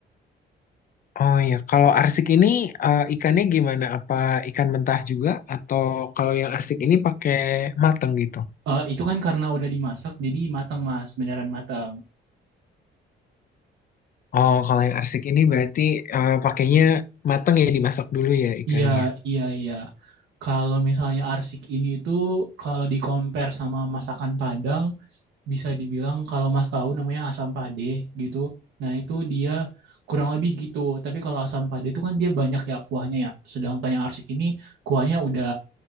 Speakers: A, on the left; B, on the right.
A: oh ya, kalau arsik ini eh, ikannya gimana? Apa ikan mentah juga atau kalau yang arsik ini pakai mateng gitu?
B: Eh, itu kan karena udah dimasak jadi matang Mas, beneran matang.
A: Oh, kalau yang arsik ini berarti eh, pakainya mateng ya dimasak dulu ya ikannya.
B: Iya, Hmm. iya, iya. Kalau misalnya arsik ini itu kalau di compare sama masakan Padang bisa dibilang kalau Mas tahu namanya asam pade gitu. Nah, itu dia kurang lebih gitu. Tapi kalau asam pade itu kan dia banyak ya kuahnya ya. Sedangkan yang arsik ini kuahnya udah